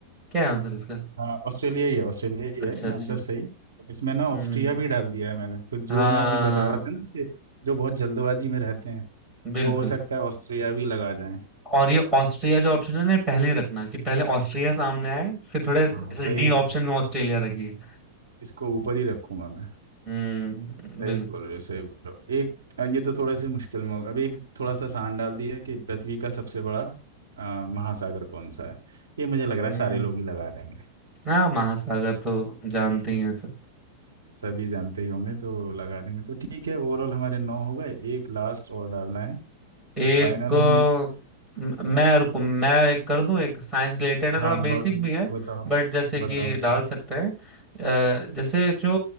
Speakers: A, in the centre; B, on the right.
A: क्या है आंसर इसका
B: हाँ ऑस्ट्रेलिया ही है ऑस्ट्रेलिया ही
A: अच्छा
B: है
A: अच्छा
B: आंसर सही इसमें ना
A: हम्म
B: ऑस्ट्रिया भी डाल दिया है मैंने तो जो
A: हाँ
B: मैं अभी बता रहा था ना कि जो बहुत जल्दबाजी में रहते हैं
A: बिल्कुल
B: वो हो सकता है ऑस्ट्रिया भी लगा जाए
A: और ये ऑस्ट्रिया जो ऑप्शन है ना ये पहले ही रखना कि पहले ऑस्ट्रिया सामने आए फिर थोड़े जैसे
B: हाँ सही
A: डी
B: कह रहा
A: ऑप्शन
B: हूँ
A: में ऑस्ट्रेलिया रखिए
B: इसको ऊपर ही रखूंगा मैं
A: हम्म
B: सही
A: बिल्कुल
B: बोल रहे हो सही बोल रहे हो एक अ, ये तो थोड़े से मुश्किल में होगा अब एक थोड़ा सा आसान डाल दिया कि पृथ्वी का सबसे बड़ा अ, महासागर कौन सा है ये मुझे लग रहा
A: हम्म
B: है सारे लोग ही लगा देंगे
A: हाँ महासागर तो जानते ही हैं सब
B: सभी जानते ही होंगे तो लगा देंगे तो ठीक है ओवरऑल हमारे नौ हो गए एक लास्ट और डालना है
A: एक
B: फाइनल
A: अ,
B: हम
A: म- मैं रुको मैं एक कर दूं एक साइंस रिलेटेड है
B: हाँ
A: थोड़ा बेसिक
B: ब,
A: भी है
B: बताओ
A: बट जैसे
B: बताओ
A: कि
B: बताओ
A: डाल सकते हैं अ, जैसे जो